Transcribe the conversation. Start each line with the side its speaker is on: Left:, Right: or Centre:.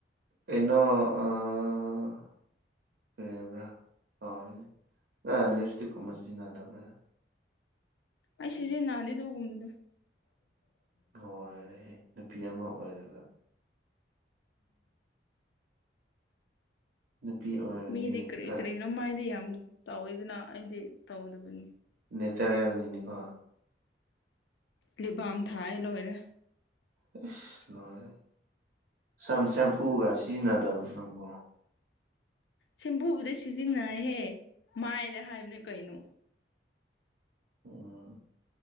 Right: ꯀꯩꯅꫭ ꯑ <unintelligible> ꯀꯩ ꯍꯥꯏꯕ꯭ꯔ ꯀꯥꯎꯔꯦꯅꯦ ꯅꯪ ꯂꯤꯞꯁꯇꯤꯛꯀꯨꯝꯕ ꯁꯤꯖꯤꯟꯅꯗꯕ꯭ꯔ
Left: ꯑꯩ ꯁꯤꯖꯤꯟꯅꯗꯦ ꯑꯗꯨꯒꯨꯝꯕꯗꯣ <inaudible>
Right: ꯂꯣꯏꯔꯦꯍꯦ ꯅꯨꯄꯤ ꯑꯃ ꯑꯣꯏꯔꯒ ꯅꯨꯄꯤ ꯑꯣꯏꯔꯗꯤ
Left: ꯃꯤꯗꯤ ꯀ꯭ꯔꯤ
Right: ꯈꯔ
Left: ꯀ꯭ꯔꯤꯅꯣ ꯃꯥꯏꯗ ꯌꯥꯝ ꯇꯧꯋꯤꯗꯅ ꯑꯩꯗꯤ ꯇꯧꯗꯕꯅꯤ
Right: ꯅꯦꯆꯔꯦꯜꯅꯤꯅꯤꯀꯣ
Left: ꯂꯤꯞ ꯕꯥꯝ ꯊꯥꯏ ꯂꯣꯏꯔꯦ
Right: ꯏꯁ ꯂꯣꯏꯔꯦ ꯁꯝ ꯁꯦꯝꯐꯨꯒ ꯁꯤꯖꯤꯟꯅꯗꯕ꯭ꯔꯣ ꯅꯪꯕꯣ
Left: ꯁꯦꯝꯄꯨꯕꯨꯨꯗꯤ ꯁꯤꯖꯤꯟꯅꯩꯍꯦ ꯃꯥꯏꯗ ꯍꯥꯏꯕꯅꯦ ꯀꯩꯅꯣ
Right: ꯎꯝ